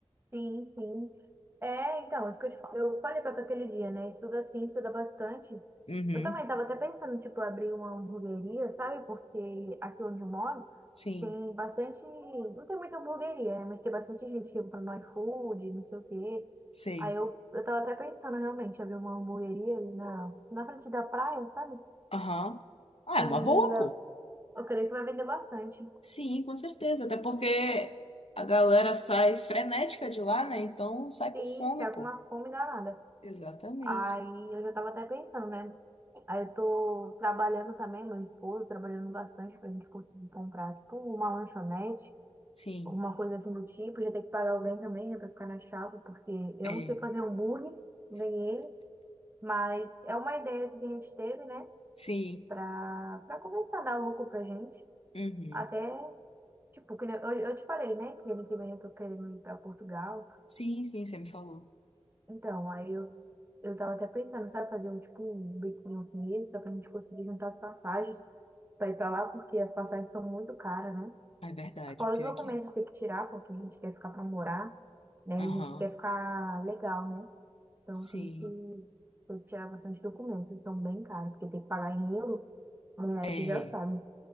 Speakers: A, on the right; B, on the left.
A: Sim, sim. É, então, isso que eu te fa- eu falei pra tu aquele dia, né? Estuda sim, estuda bastante.
B: Uhum.
A: Eu também tava até pensando, tipo, abrir uma hamburgueria, sabe? Porque aqui onde eu moro
B: Sim.
A: tem bastante. Não tem muita hamburgueria, né? Mas tem bastante gente que compra no iFood, não sei o quê.
B: Sei.
A: Aí eu, eu tava até pensando realmente, abrir uma hamburgueria ali na, na frente da praia, sabe?
B: Aham. Ah,
A: E
B: é uma boa,
A: eu,
B: pô.
A: eu creio que vai vender bastante.
B: Sim, com certeza. Até porque a galera sai frenética de lá, né? Então sai
A: Sim,
B: com fome,
A: está
B: pô.
A: com uma fome danada.
B: Exatamente.
A: Aí eu já estava até pensando, né? Aí eu tô trabalhando também, meu esposo trabalhando bastante pra gente conseguir comprar, tipo, uma lanchonete,
B: Sim.
A: alguma coisa assim do tipo. Já tem que pagar alguém também, né, pra ficar na chapa, porque eu
B: É.
A: não sei fazer hambúrguer, nem ele. Mas é uma ideia assim, que a gente teve, né,
B: Sim.
A: pra, pra começar a dar lucro pra gente.
B: Uhum.
A: Até, tipo, que nem- eu, eu te falei, né, que ano que vem eu tô querendo ir pra Portugal.
B: Sim, sim, você me falou.
A: Então, aí eu Eu tava até pensando, sabe, fazer um tipo um biquinho assim extra pra gente conseguir juntar as passagens pra ir pra lá, porque as passagens são muito caras, né?
B: Ah, É verdade,
A: Fora
B: pior
A: os documentos
B: que
A: que tem que tirar, porque a gente quer ficar pra morar, né?
B: é. Aham.
A: E A gente quer ficar legal, né? Então
B: Sim.
A: tem que, tem que tirar bastante documentos, eles são bem caros, porque tem que pagar em euro, né?
B: É.
A: Tu já sabe.